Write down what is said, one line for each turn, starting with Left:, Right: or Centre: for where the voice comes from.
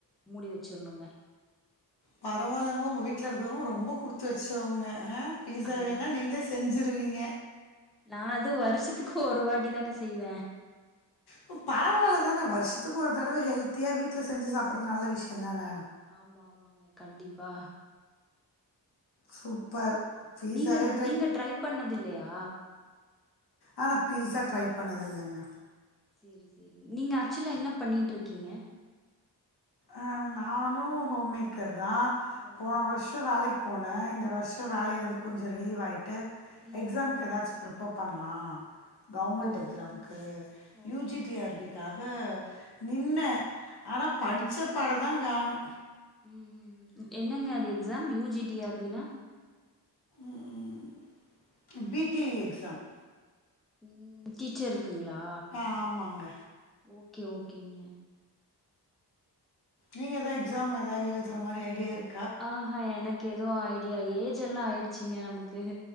Centre: மூடி வெச்சிருணுங்க
Left: பரவால்லங்க உங்க வீட்ல இருக்கவங்க ரொம்ப குடுத்து வச்சவங்க அ பீஸா
Centre: ஐயே
Left: வேணா நீங்களே செ செஞ்சுருவீங்க
Centre: நா அது வருஷத்துக்கு ஒரு வாட்டி தாங்க செய்வ
Left: ப் பரவால்ல தான வருஷத்துக்கு ஒரு தடவ ஹெல்த்தியா வீட்ல செஞ்சு சாப்பட்றது நல்ல விஷ்யோதான
Centre: ஆமா ஆமாங்க கண்டிப்பா
Left: சூப்பர் பீஸாவே
Centre: நீங்க ச நீங்க ட்ரை பண்ணது இல்லையா
Left: ஆநா பீஸா ட்ரை பண்ணது இல்லைங்க
Centre: சேரி சேரி நீங்க ஆக்சுவலா என்ன பண்ணிட்டுருக்கீங்க
Left: அ நானு ஹோம் மேக்கர் தா
Centre: ஹோம்
Left: போன
Centre: மேக்கர்
Left: வருஷோ வேலைக் போன இந்த வருஷோ வேலையில இருந்து கொஞ்சோ ரிலீவ் ஆயிட்டு எக்ஸாம்க்கு
Centre: ம்
Left: எதாச்சு பிருப்பப் பண்லா கவர்மெண்ட்
Centre: ஓகே
Left: எக்ஸாம்க்கு
Centre: okay
Left: U G
Centre: okay
Left: T அப்டி க்காக நின்ன ஆனா படிச்ச
Centre: ம்
Left: பாட தா காணோ
Centre: ம் ம் ம் என்னங்க அது எக்ஸாம் யூ ஜி டி அப்டினா
Left: ம் பி டி எ எக்ஸாம்
Centre: ம் டீச்சர்ருக்குங்ளா
Left: ஆ ஆமாங்க
Centre: ஓகே ஓகேங்க
Left: நீங்க எதா எக்ஸாம் எதா எழுதுர மாரி ஐடியா இருக்
Centre: ஆஹா எனக்கு எது ஐ டியா ஏஜ் எல்லா ஆயிடுச்சிங்க நமக்கு